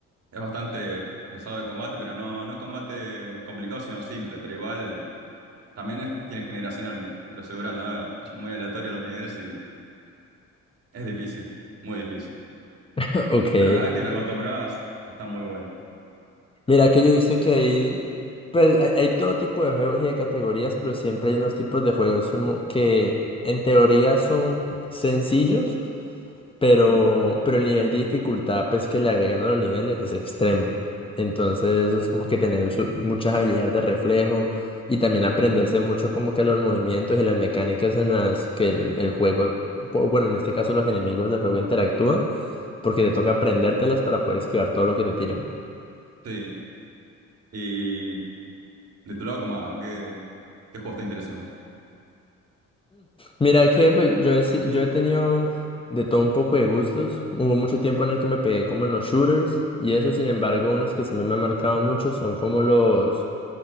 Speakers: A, on the right; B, on the left.
A: es bastante pesado el combate, pero no, no combate complicado, sino simple. Pero igual también es- tiene generación procedural, ¿no? Es muy aleatorio los niveles y es difícil, muy difícil.
B: <laughs> Ok.
A: Pero una vez que te acostumbras, está muy bueno.
B: Mira que yo he visto que hay, pues hay, hay todo tipo de juegos y de categorías, pero siempre hay unos tipos de juegos como que en teoría son sencillos. Pero,
A: Sí,
B: pero el nivel de dificultad, pues, que le agregan a los niveles es extremo. Entonces, es como que tener su- muchas habilidades de reflejo y también aprenderse
A: ujú,
B: mucho como que los movimientos y las mecánicas en las que el, el juego, bu- bueno, en este caso los enemigos del juego interactúan, porque te toca aprendértelas para poder esquivar todo lo que te tiran.
A: sí. Y de tu lado, como, ah, ¿qué, qué juegos te interesan a vos?
B: Mira que pues, yo he, si- yo he tenido de todo un poco de gustos. Hubo mucho tiempo en el que me pegué como en los shooters y eso, sin embargo, unos que sí me han marcado mucho son como los